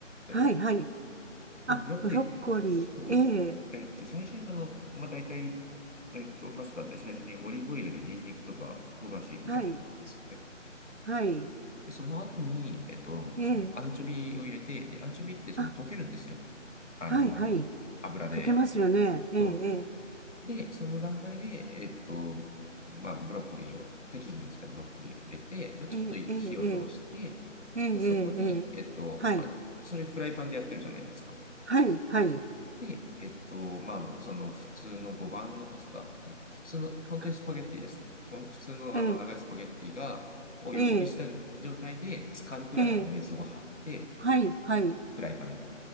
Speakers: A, on the left; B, on the right.
A: 例えば。
B: はい、はい。
A: でも、
B: あ、
A: ブロッコリー、
B: ブロッコリー。
A: そう、
B: ええ、
A: えっと、最初にその、まあ、大体、えっと、パスタって最初にオリーブオイルでニンニクとか唐辛子炒めると思うんですよね。
B: はい、はい、
A: で、その後に、えっと、
B: ええ、
A: そのアンチョビを入れて、で、アンチョビってその溶けるんですよ。
B: あ、
A: あの油で。
B: はい、はい。溶けますよね。ええ、
A: そん。で、その段階で、えっと、まあ、ブロッコリーを、適宜に来たブロッコリーを入れて、まあ、ちょっと火を通して、
B: ええ、ええ、ええ、ええ、ええ、
A: で、そこに、
B: ええはい、
A: えっと、まあ、それフライパンでやってるじゃないですか。
B: はい、はい。
A: で、えっと、まあ、その普通の5番のパスタ、普通の、
B: あ
A: 本当にスパゲッティです。その普通のあの長いスパゲッティが、
B: ええ、
A: を横にした状態で、
B: ええ、
A: 浸かるくらいの水を張って、
B: ええ、はい、はい、
A: フライパンに。